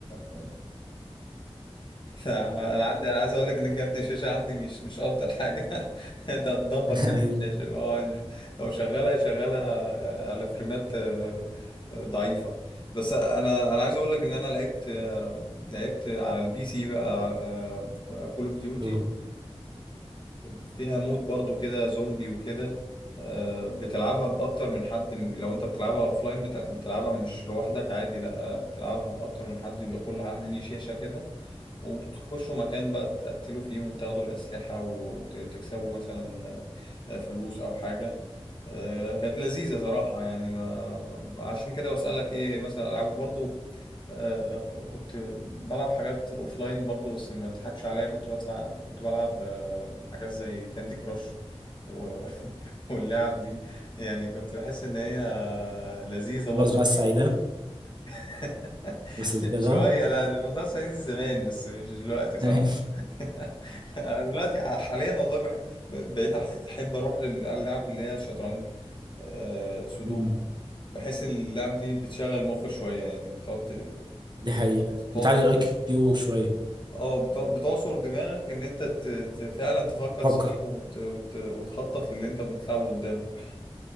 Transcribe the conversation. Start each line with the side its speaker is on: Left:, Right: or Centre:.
Left: <laughs> انا عندي انا عايز اقول لك ان كارت الشاشه عندي مش مش افضل حاجه <laughs> انت هتدمر
Right: <laughs>
Left: كارت الشاشه اللي هو لو شغالها شغالها على فريمات آه، آه، ضعيفه بس انا انا عايز اقول لك ان انا لعبت آه، لعبت على البي سي بقى كول اوف ديوتي
Right: أوه.
Left: فيها مود برضو كده زومبي وكده آه، بتلعبها باكتر من حد لو انت بتلعبها اوفلاين بتلعبها مش لوحدك عادي لا بتلعبها بأكتر من حد بيبقى كل واحد ليه شاشة كده وبتخشوا مكان بقى تقتلوا فيهم وتاخدوا الأسلحة وتكسبوا مثلا آه، فلوس أو حاجة آه، كانت لذيذة صراحة يعني ما ما- عشان كده بسألك إيه مثلا ألعبه برضو آه، كنت بلعب حاجات أوفلاين برضو بس ما تضحكش عليا كنت بدفع كنت بلعب آه، حاجات زي كاندي كراش و... <laughs> واللعب دي يعني كنت بحس إن هي لذيذة برضو
Right: المزرعة السعيدة
Left: <laughs>
Right: وصلت
Left: شوية
Right: لها
Left: لا الموضوع صعيدي زمان بس مش دلوقتي صراحة
Right: <laughs>
Left: <laughs> أنا دلوقتي حاليا والله بح... بقيت أح- أحب أروح للألعاب اللي هي شطرنج آه سودوكو
Right: مم.
Left: بحس إن اللعب دي بتشغل مخ شوية يعني بتقعد ت-
Right: دي حقيقة
Left: ت- تعصر
Right: بتعلي الاي كيو شوية
Left: اه بت- بتعصر دماغك إن أنت ت... ت... فعلا تفكر
Right: فكر
Left: صح وت... وت... وتخطط للي أنت بتلعبه قدامك